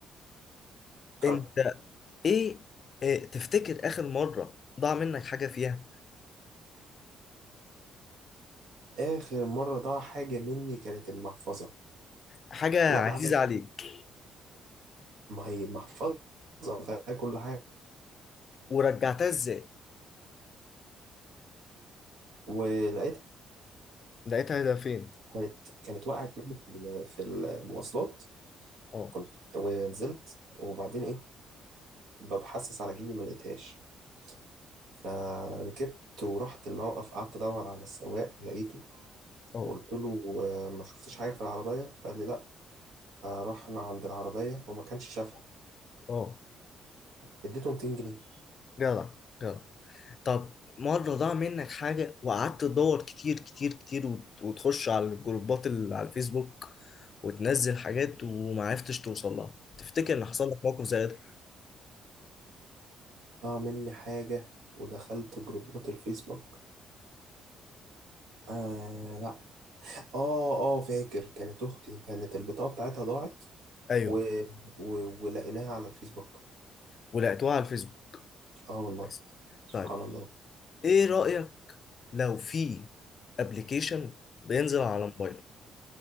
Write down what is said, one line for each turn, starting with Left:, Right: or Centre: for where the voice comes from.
Right: اتفضل
Left: انت ايه آه، تفتكر اخر مرة ضاع منك حاجة فيها
Right: آخر مرة ضاع حاجة مني كانت المحفظة
Left: حاجة
Right: وقعت
Left: عزيزة عليك
Right: ما هي محفظة فيها كل حاجة
Left: ورجعتها ازاي
Right: ولقيتها
Left: لقيتها ده فين
Right: كانت كانت وقعت مني في ال- في المواصلات
Left: اه
Right: كنت ونزلت وبعدين إيه ببحثس على جيبي ما لقيتهاش فركبت ورحت الموقف قعدت ادور على السواق لقيته
Left: اه
Right: قلت له آه، ما شفتش حاجه في العربيه فقال لي لا فرحنا عند العربيه وما كانش شافها
Left: اه
Right: فاديته 200 جنيه
Left: جدع جدع طب مرة ضاع منك حاجة وقعدت تدور كتير كتير كتير وت- وتخش على الجروبات اللي على الفيسبوك وتنزل حاجات ومعرفتش توصل لها تفتكر ان حصل لك موقف زي ده
Right: ضاع مني حاجه ودخلت جروبات الفيسبوك آه لا اه اه فاكر كانت اختي كانت البطاقه بتاعتها ضاعت
Left: ايوه
Right: و... و... ولقيناها على الفيسبوك
Left: ولقيتوها على الفيسبوك
Right: اه والله
Left: بس
Right: سبحان
Left: طيب
Right: الله
Left: ايه رأيك لو في ابلكيشن بينزل على موبايلك